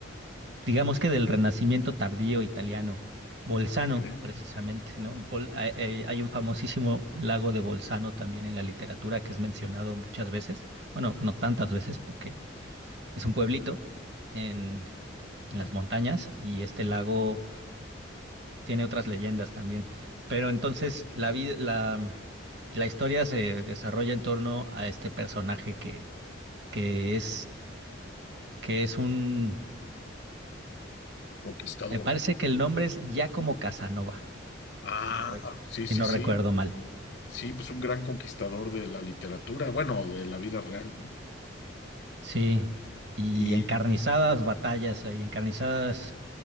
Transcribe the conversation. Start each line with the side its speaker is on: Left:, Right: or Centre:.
Right: digamos que del Renacimiento tardío italiano, Bolzano
Left: Ok.
Right: precisamente, ¿no? Bol- hay, hay- hay un famosísimo lago de Bolzano también en la literatura que es mencionado muchas veces, bueno, no tantas veces porque es un pueblito en,
Left: Mi
Right: en las montañas y este lago tiene otras leyendas también, pero entonces la vida, la, mm, la historia se desarrolla en torno a este personaje que, que es, que es un,
Left: Conquistador.
Right: me parece que el nombre es Giacomo Casanova.
Left: Ah,
Right: si no, rec-
Left: sí,
Right: si
Left: sí,
Right: no
Left: sí.
Right: recuerdo mal.
Left: Sí, pues un gran conquistador de la literatura, bueno, de la vida real, ¿no?
Right: Sí, y
Left: Y
Right: encarnizadas batallas ahí, encarnizadas